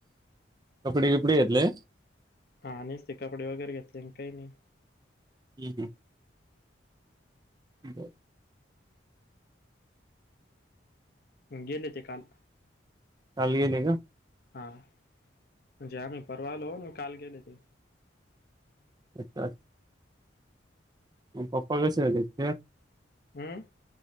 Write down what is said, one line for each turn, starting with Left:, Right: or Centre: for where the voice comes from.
Right: कपडी गिपडे घेतले.
Left: हा निसते कपडे वगैरे घेतले अन् काही नाही.
Right: हुं हू <unintelligible>
Left: गेले ते काल
Right: काल गेले का.
Left: हा म्हणजे आम्ही परवा आलो, मग काल गेले ते.
Right: <unintelligible> मग पप्पा कसे आले काल
Left: हुं